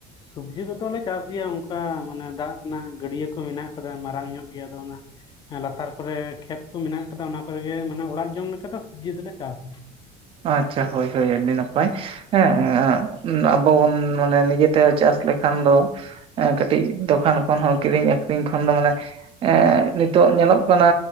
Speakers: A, on the left (about 30°); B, on the right (about 40°).
A: ᱥᱚᱵᱡᱤ ᱠᱚᱫᱚ ᱞᱮ ᱪᱟᱥ ᱜᱮᱭᱟ ᱚᱱᱠᱟ ᱢᱟᱱᱮ ᱫᱟᱜ ᱨᱮᱱᱟᱜ ᱜᱟᱹᱰᱭᱟᱹ ᱠᱚ ᱢᱮᱱᱟᱜ ᱟᱠᱟᱫᱟ ᱢᱟᱨᱟᱝ ᱧᱚᱜ ᱜᱮᱭᱟ ᱟᱫᱚ ᱚᱱᱟ ᱞᱟᱛᱟᱨ ᱠᱚᱨᱮ ᱠᱷᱮᱛ ᱠᱚ ᱢᱮᱱᱟᱜ ᱠᱟᱫᱟ ᱚᱱᱟ ᱠᱚᱨᱮ ᱜᱮ ᱢᱟᱱᱮ ᱚᱲᱟᱜ ᱡᱚᱢ ᱞᱮᱠᱟ ᱫᱚ ᱥᱚᱵᱡᱤ ᱫᱚᱞᱮ ᱪᱟᱥᱟ
B: ᱟᱪᱪᱷᱟ ᱦᱳᱭ ᱦᱳᱭ ᱟᱹᱰᱤ ᱱᱟᱯᱟᱭ ᱦᱮᱸ
A: ᱦᱩᱸ
B: ᱟᱵᱚ ᱵᱚᱱ ᱢᱟᱱᱮ ᱱᱤᱡᱮ ᱛᱮ ᱪᱟᱥ ᱞᱮᱠᱷᱟᱱ ᱫᱚ ᱠᱟᱹᱴᱤᱡ ᱫᱚᱠᱟᱱ ᱠᱷᱚᱱ ᱦᱚᱸ ᱠᱤᱨᱤᱧ ᱟᱹᱠᱷᱨᱤᱧ ᱠᱷᱚᱱ ᱫᱚ ᱢᱟᱱᱮ ᱮᱸ ᱱᱤᱛᱚᱜ ᱧᱮᱞᱚᱜ ᱠᱟᱱᱟ